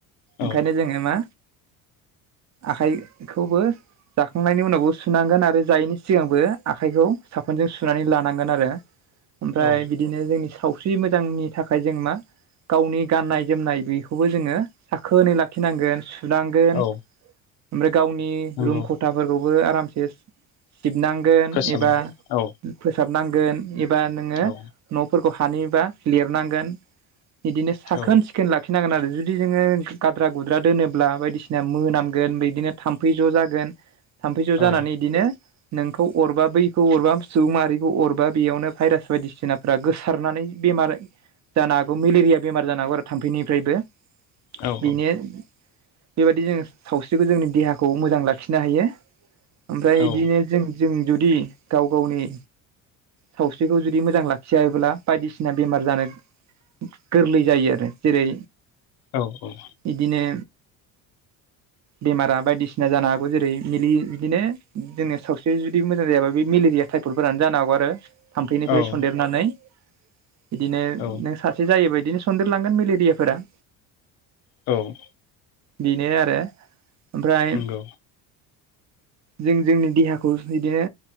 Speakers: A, on the left (about 60°); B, on the right (about 40°).
A: औ
B: ओंखायनो जोङो मा आखाइखौबो जाखांनायनि उनावबो सुनांगोन आरो जायैनि सिगांबो आखाइखौ साफोनजों सु सुनानै लानांगोन आरो ओमफ्राय
A: औ
B: बिदिनो जोंनि सावस्रि मोजांनि थाखाय जों मा गावनि गाननाय जोमनाय बेखौबो जोङो साखोनै लाखिनांगोन सुनांगोन
A: औ
B: ओमफ्राय गावनि
A: नंगौ
B: रुम खथाफोरखौबो आरामसे सिबनांगोन
A: फोसाबनो
B: एबा
A: औ
B: फोसाबनांगोन एबा नोङो
A: औ
B: न'फोरखौ हानिबा लिरनांगोन बिदिनो साखोन
A: औ
B: सिखो सिखोन लाखिनांगोन आरो जुदि जोङो गाद्रा-गुद्रा दोनोब्ला बायदिसिना मोनामगोन बिदिनो थाम्फै ज' जागोन थाम्फै ज' जानानै
A: औ
B: इदिनो नोंखौ अरबा बैखौ अरबा सुबुं मारिखौ अरबा बेयावनो भाइरास बायदिसिनाफ्रा गोसारनानै बेमार जानो हागौ मेलेरिया बेमार जानो हागौ आरो थाम्फैनिफ्रायबो।
A: औ
B: बेनो बेबायदि जोङो सावस्रिखौ जोंनि देहाखौ मोजां लाखिनो हायो। ओमफ्राय
A: औ
B: बिदिनो जों जों जुदि गाव गावनि सावस्रिखौ जुदि मोजां लाखियाल्बा बायदिसिना बेमार जानो गोरलै जायो आरो जेरै
A: औ औ
B: इदिनो बेमारा बायदिसिना जानो हागौ जेरै मि बिदिनो जोङो सावस्रि जुदि मोजां जायाबा बे मेलेरिया थाइपलफोरानो जानो हागौ आरो थाम्फैनिफ्राय
A: औ
B: सन्देरनानै बिदिनो नों
A: औ
B: सासे एसे जायोबायायदिनो सनन्देरलांगोन मेलेरिलियाफोरा
A: औ
B: बेनो आरो ओमफ्राय
A: नंगौ
B: जों जोंनि देहाखौ बिदिनो